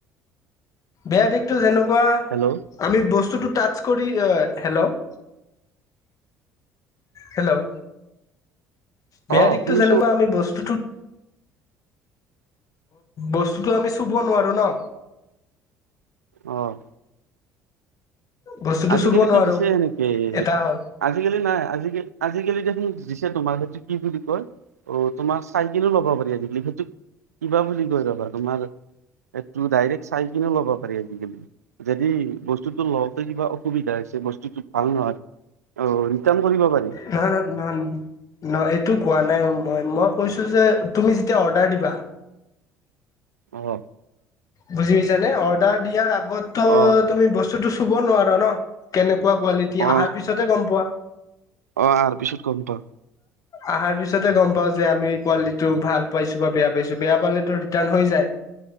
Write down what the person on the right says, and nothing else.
হেল্ল'
অ
শুনিছো
অ '
আজিকালিতো
দিছে সেনেকে
আজিকালি নাই আজিকালি দেখোন আজিকালি দেখোন দিছে তোমাৰ সেইটো কি বুলি কয়। অ তোমাৰ চাইকেলো লব পাৰি সেইটো কিবা বুলি কই ৰবা তোমাৰ সেইটো দাইৰেক্ট চাইকিনো ল'ব পাৰি, যদি বস্তু টো, কিবা অসুবিধা হৈছে বস্তুতটো। ভাল নহয় <unintelligible> পাৰি
অ '
অ
অ
অ আৰ পিছত গম পাও